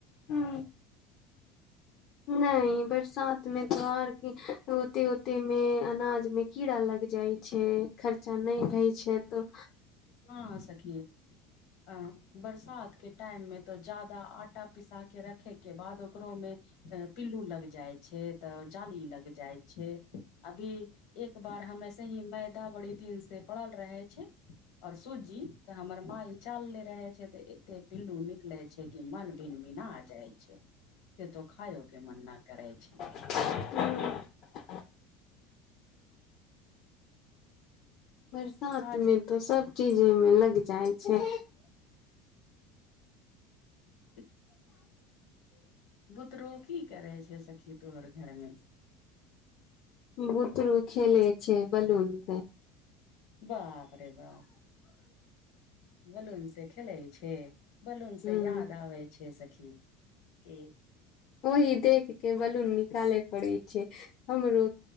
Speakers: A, on the left (about 45°); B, on the left (about 65°).
A: हू नहि बरसात मे तार होती हो। ताहिमे अनाज मे कीड़ा लग जाइ छै खर्चा नहि होइ छै त
B: ह सखीए अ बरसात के टाइम मे तो ज्यादा आटा पिसा के रखे के बाद ओ ओकरो मे पिल्लू लग जाय छै त जाली लग जाय छै अभी एक बार हमेसे ही मैदा बड़ी दिन से पड़ल रहे छै। और सूत जी त हमर माँ चल नहि रहे छै तऽ एते पिल्लू निकले छै कि मन भिन भिन अ जाइ छै स तो खायो के मन न करै छै
A: हू बरसात
B: आज
A: मे तऽ सभ चीज ओमे लग जाइ छै
B: अ। बुतरू कि करै छै सखी तोहर घरमे
A: बूतरू खेल छै, बलून से
B: बाप रे बाप बलून से खेलै छै बलून स
A: हूँ
B: याद आबै छै सखी के
A: ओह देख के बलून निकाले पड़े छै हमरो